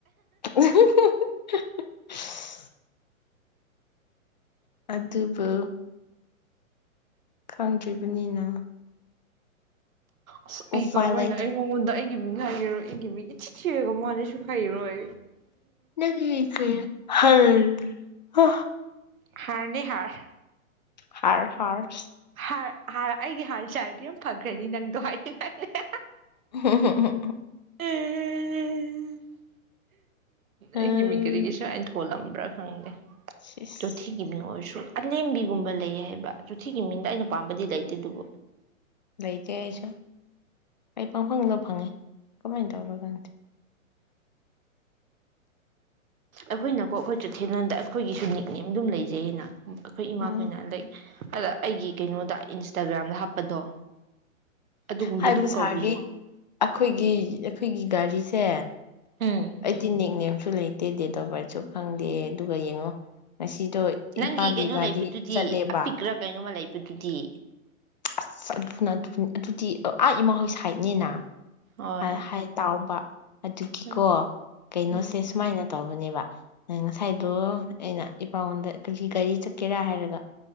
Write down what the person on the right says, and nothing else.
ꯑꯁ ꯑꯩ
ꯀꯔꯝꯥꯏꯅ
ꯑꯩ ꯃꯉꯣꯟꯗ ꯑꯩꯒꯤ ꯃꯤ ꯉꯥꯏꯈꯤꯦꯔꯣꯏ ꯏꯒꯤ ꯃꯤ ꯏꯊꯤ ꯊꯤꯑꯦꯒ ꯃꯥꯅꯁꯨꯨꯈꯥꯏꯔꯣꯏ
ꯍꯥꯥꯔꯅꯦ ꯍꯥꯔ
ꯍꯥꯔ ꯍꯥꯔ ꯑꯩꯒꯤ ꯍꯥꯔ ꯆꯥꯔꯗꯤ ꯌꯥꯝ ꯐꯈ꯭ꯔꯅꯤ ꯅꯪꯗꯣ ꯍꯥꯏꯅꯤꯡꯉꯥꯏꯅꯦ
ꯑꯦ
ꯑꯩꯒꯤꯃꯤꯡ ꯀꯔꯤꯒꯤ ꯁꯨꯃꯥꯏꯅ ꯊꫭꯜꯂꯝ ꯕ꯭ꯔꯥ ꯈꯪꯗꯦ
ꯆꫭꯊꯦꯒꯤ ꯃꯤꯡ ꯑꯣꯏꯔꯁꯨ ꯑꯂꯦꯝꯕꯤꯒꯨꯝꯕ ꯂꯩꯌꯦ ꯍꯥꯏꯕ ꯆꫭꯊꯦꯒꯤ ꯃꯤꯡꯗ ꯑꯩꯅ ꯄꯥꯝꯕꯗꯤ ꯂꯩꯇꯦ ꯑꯗꯨꯕꯨ
ꯑꯩꯈꯣꯏꯅꯀꯣ ꯑꯩꯈꯣꯏ ꯆꫭꯊꯦꯂꫭꯟꯗ ꯑꯩꯈꯣꯏꯒꯤꯁꯨ ꯅꯤꯛꯅꯦꯝ ꯗꯨꯝ ꯂꯩꯖꯩꯌꯦꯅ ꯑꯩꯈꯣꯏ ꯏꯃꯥꯈꯣꯏꯅ
ꯂꯩꯛ ꯑꯗ ꯑꯩꯒꯤ ꯀꯩꯅꯣꯗ ꯏꯟꯁꯇꯥꯒ꯭ꯔꯥꯝꯗ ꯍꯥꯞꯄꯗꯣ ꯑꯗꯨꯒꯨꯝꯕ
ꯑꯗꯨꯝ ꯀꯧꯕꯤꯌꯦ
ꯎꯝ
ꯅꯪꯒꯤ
ꯀꯩꯅꯣ
ꯂꯩꯕꯗꯨꯗꯤ
ꯑꯄꯤꯛꯔ ꯀꯩꯅꯣꯝꯃ ꯂꯩ ꯕꯗꯨꯗꯤ
ꯍꯣꯏ
ꯎꯝ
ꯎꯝ